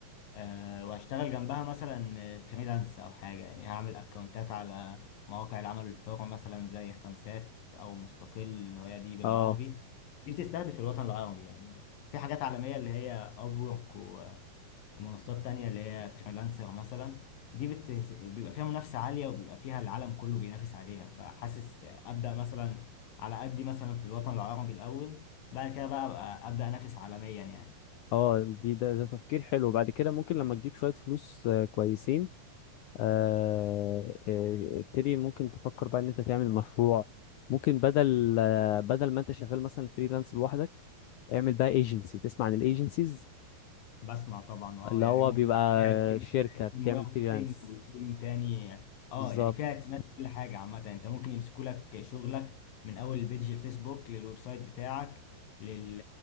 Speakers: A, on the left (about 65°); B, on the left (about 85°).
A: آه، واشتغل جنبها مثلا فريلانس او حاجه يعني هعمل اكونتات على مواقع العمل الحر مثلا زي خمسات او مستقل اللي هي دي بالعربي
B: اه
A: دي بتستهدف الوطن العربي يعني في حاجات عالميه اللي هي ابورك ومنصات تانية اللي هي فريلانسر مثلا دي بت... بيبقى فيها منافسه عاليه وبيبقى فيها العالم كله بينافس عليها فحاسس ابدا مثلا على قدي مثلا في الوطن العربي الاول بعد كده بقى أبقى ابدا انافس عالميا يعني
B: اه دي ده, ده تفكير حلو بعد كده ممكن لما تجيب شوية فلوس آه، كويسين آه، آه، ابتدي ممكن تفكر بقى ان انت تعمل مشروع ممكن بدل آه، بدل ما انت شغال مثلا فريلانس لوحدك اعمل بقى ايجنسي تسمع عن الايجنسيز
A: بسمع طبعا اه
B: اللي
A: يعني
B: هو
A: ممكن
B: بيبقى
A: يبقى فيها تيم
B: شركة بتعمل
A: تيم ماركتينج
B: فريلانس
A: وتيم تاني اه
B: بالظبط
A: يعني فيها اعتماد كل حاجه عامه انت ممكن يمسكوا لك شغلك من اول البيج الفيسبوك للويب سايت بتاعك لل